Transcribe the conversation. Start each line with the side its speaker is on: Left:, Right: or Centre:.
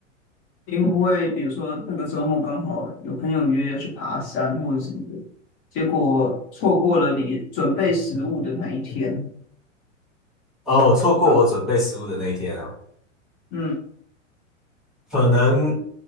Left: 你会不会比如说那个周末刚好有朋友约要去爬山或者什么的，结果错过了你准备食物的那一天？
Centre: 哦，错过我准备食物的那一天啊，
Left: 然后，嗯
Centre: 可能